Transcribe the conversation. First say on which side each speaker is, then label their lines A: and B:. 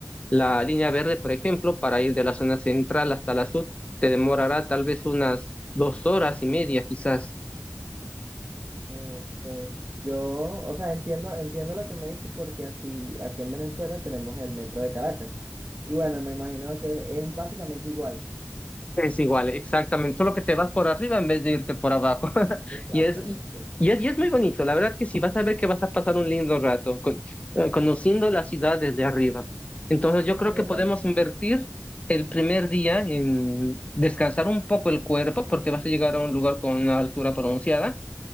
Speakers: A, on the left; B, on the right.
A: La línea verde, por ejemplo, para ir de la zona central hasta la sur, te demorará tal vez unas dos horas y media, quizás.
B: Ok. Yo, o sea, entiendo, entiendo lo que me dices porque así aquí en Venezuela tenemos el metro de Caracas. Y bueno, me imagino que es básicamente igual.
A: Es igual, exactamente, solo que te vas por arriba en vez de irte por abajo. <laughs>
B: Exactamente.
A: Y es, y, y es, y es muy bonito, la verdad que sí, vas a ver que vas a pasar un lindo rato con- eh, conociendo la ciudad desde arriba. Entonces yo creo
B: Y
A: que
B: es,
A: podemos
B: ba-
A: invertir el primer día en descansar un poco el cuerpo porque vas a llegar a un lugar con una altura pronunciada